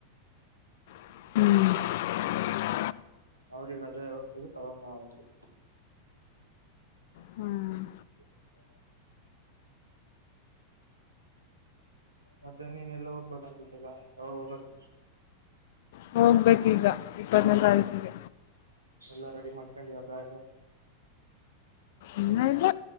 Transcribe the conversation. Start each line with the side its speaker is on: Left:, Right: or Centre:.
Left: ಹ್ಮ್ <unintelligible>
Right: ಅವ್ರಿಗೆ ರಜಾ ಯಾವಾಗ್ ಸಿಗತ್ತ ಅವಾಗ್ ನಾ ಹೋಗ್ಬೇಕು
Left: ಹ್ಮ್
Right: <unintelligible> ಮತ್ತೆ ನೀನ ಎಲ್ಲ ಹೋಗ್ಬೇಕಂತಿದ್ದಲ್ಲ ಯಾವಾಗ ಹೋಗದು
Left: ಹೋಗಬೇಕ್ ಈಗ ಇಪ್ಪತ್ತನೇ ತಾರೀಕಿಗೆ
Right: <inaudible> ಎಲ್ಲಾ ರೆಡಿ ಮಾಡ್ಕೊಂಡಿಯಾ ಬ್ಯಾಗ್
Left: ಇನ್ನ ಇಲ್ಲ